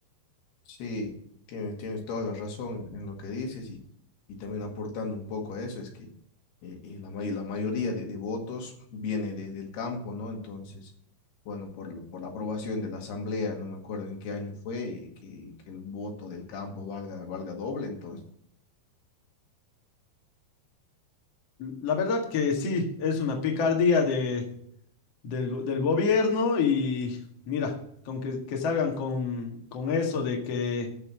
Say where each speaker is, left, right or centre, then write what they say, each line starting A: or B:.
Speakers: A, on the left; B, on the left.
A: Sí, tienes, tienes toda la razón en lo que dices y, y también aportando un poco a eso, es que eh, eh, la, may- la mayoría de, de votos viene de- del campo, ¿no? Entonces, bueno, por, la- por la aprobación de la asamblea, no me acuerdo en qué año fue, y que, que el voto del campo valga, valga doble, entonces,
B: La verdad que sí, es una picardía de del, go- del gobierno y mira, con que, que salgan con, con eso de que